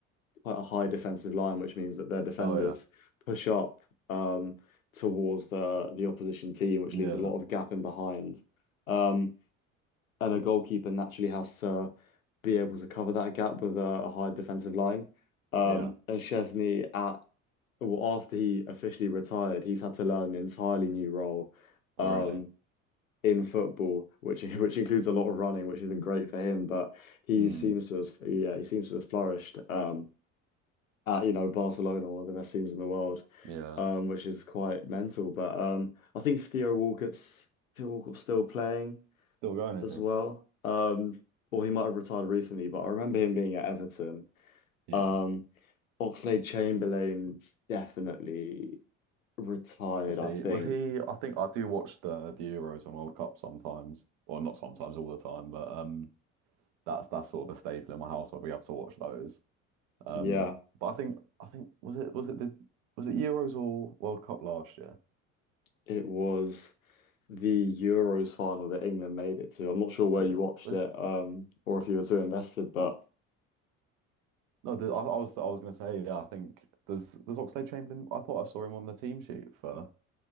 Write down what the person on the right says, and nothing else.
Oh, yeah.
Yeah.
Yeah.
Oh, really?
Mm,
yeah.
Still going, is
he?
Yeah.
Was
he?
Was he? I think I do watch the the Euros and World Cup sometimes. Well, not sometimes, all the time. But um, that's that's sort of a staple in my household. We have to watch those. Um,
but I think I think was it was it the was it Euros or World Cup last year?
Euros.
Was,
no, the, I, I was I was going to say yeah. I think there's there's Oxlade-Chamberlain. I thought I saw him on the team sheet for